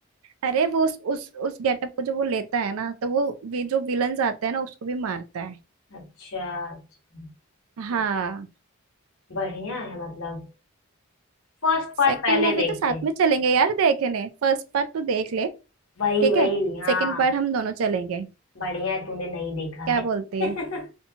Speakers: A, on the right (about 70°); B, on the left (about 65°).
A: अरे वो उस उस, उस गेटअप को जो वो लेता है ना तो वो वी, जो विलन्स आते हैं ना उसको भी मारता है
B: अच्छा अच्छा
A: हाँ
B: मत, बढ़िया है मतलब फर्स्ट
A: सेकंड
B: पार्ट पहले
A: मूवी
B: देखते
A: तो साथ
B: हैं
A: में चलेंगे यार देखने फर्स्ट पार्ट तो देख ले
B: वही
A: ठीक
B: वही
A: है
B: हाँ
A: सेकंड पार्ट हम दोनों चलेंगे
B: बढ़िया है तूने नहीं देखा
A: क्या
B: है <laughs>
A: बोलती है